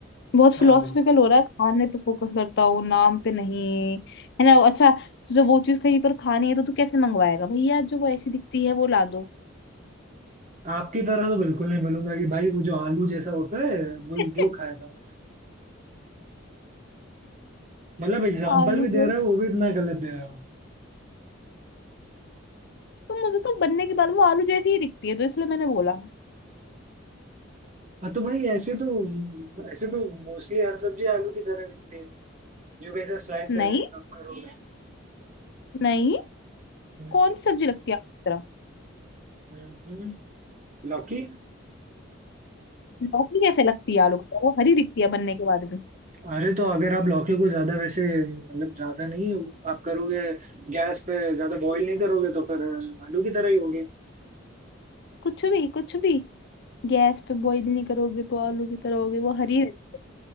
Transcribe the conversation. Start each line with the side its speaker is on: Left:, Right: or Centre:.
Left: बहुत फिलोसफिकल
Right: हाँ
Left: हो रहा है खाने पे फोकस करता हूँ नाम पे नहीं है ना अच्छा तुझे वो चीज कहीं पर खानी है तो तू कैसे मंगवाएगा भैया जो वो ऐसी दिखती है वो ला दो
Right: आपकी तरह तो बिल्कुल नहीं मिलूंगा कि भाई वो जो आलू जैसा होता है
Left: <laughs>
Right: वो वो खाया था मैंने मतलब एग्जाम्पल
Left: आलू
Right: भी दे
Left: जैसी
Right: रहे हो वो भी इतना गलत दे रहे हो
Left: तो मुझे तो बनने के बाद वो आलू जैसी ही दिखती है तो इसलिए मैंने बोला
Right: हाँ तो भाई ऐसे तो ऐसे तो मोस्टली हर सब्जी आलू की तरह दिखती है जो कैसे स्लाइस
Left: नहीं
Right: करके आप करोगे
Left: नहीं
Right: हम्म,
Left: कौन सी सब्जी लगती है आलू की तरह
Right: हम्म। हम्म। लौकी
Left: लौकी कैसे लगती है आलू की तरह वो हरी दिखती है बनने के बाद भी
Right: अरे तो अगर आप लौकी को ज्यादा वैसे मतलब ज्यादा नहीं आप करोगे गैस पे ज्यादा बॉईल नहीं करोगे तो फिर आलू की तरह ही होगी
Left: कुछ भी कुछ भी गैस पे बॉईल नहीं करोगे तो आलू की तरह होगी वो हरी रहती है